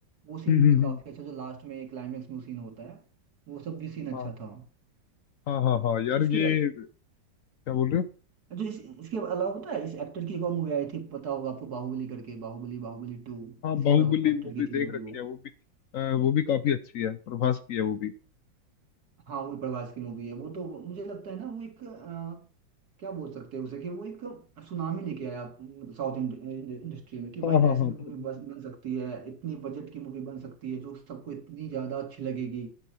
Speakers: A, on the right; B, on the left.
A: वो सीन
B: हम्म हम्म
A: भी
B: हम्म,
A: काफी अच्छा जो लास्ट में क्लाइमेक्स में वो सीन होता है वो सब भी सीन अच्छा
B: हाँ
A: था
B: हाँ हाँ हाँ यार
A: इसके
B: ये क्या बोल रहे हो
A: जो इस, इसके अलावा पता है इस एक्टर की एक और मूवी आई थी पता होगा आपको बाहुबली करके बाहुबली बाहुबली टू
B: हाँ
A: इसी
B: बाहुबली
A: पर एक्टर
B: वो
A: की
B: भी देख
A: थी मूवी
B: रखी
A: वो
B: है वो भी अ, वो भी काफी अच्छी है प्रभास की है वो भी
A: हाँ वो प्रभास की मूवी है वो तो मुझे लगता है ना वो एक अ, क्या बोल सकते हैं उसे कि वो एक सुनामी लेके आया साउथ इंडस्ट्री में कि भाई
B: हाँ हाँ
A: ऐसी
B: हाँ
A: भी
B: प्रभास
A: मूवी बन बन सकती है इतनी बजट की मूवी बन सकती है जो सबको इतनी ज्यादा अच्छी लगेगी